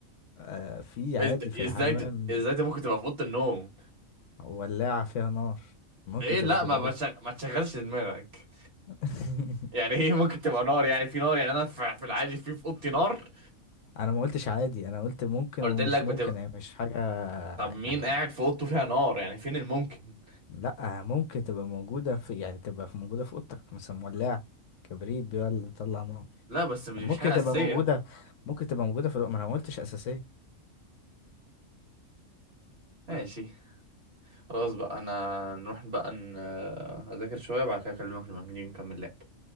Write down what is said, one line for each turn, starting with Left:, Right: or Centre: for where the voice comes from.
Left: آه في عادي
Right: إز-
Left: في الحمام
Right: ازاي ت- ازاي ت- ممكن تبقى في اوضه النوم
Left: ولاعة فيها نار ممكن
Right: ايه
Left: تبقى
Right: لا
Left: في
Right: ما
Left: الأوضة
Right: ما تشغ- ما تشغلش دماغك
Left: <laughs>
Right: يعني هي ممكن تبقى نار يعني في نار يعني انا في في العادي في في اوضتي نار
Left: أنا ما قلتش عادي أنا قلت ممكن
Right: قلت
Left: ومش
Right: لك بتبقى
Left: ممكن هي مش حاجة
Right: طب مين
Left: يعني
Right: قاعد في اوضته فيها نار يعني فين الممكن
Left: لا ممكن تبقى موجودة في يعني تبقى في موجودة في أوضتك مثلا ولاعة كبريت بيولع بيطلع نار
Right: لا بس مش
Left: يعني
Right: مش
Left: ممكن
Right: حاجه
Left: تبقى
Right: اساسيه
Left: موجودة
Right: يعني.
Left: ممكن تبقى موجودة في الوقت ما انا ما قلتش أساسية
Right: ماشي خلاص بقى انا نروح بقى ن- اذاكر شويه بعد كده اكلمك لما نيجي نكمل لعب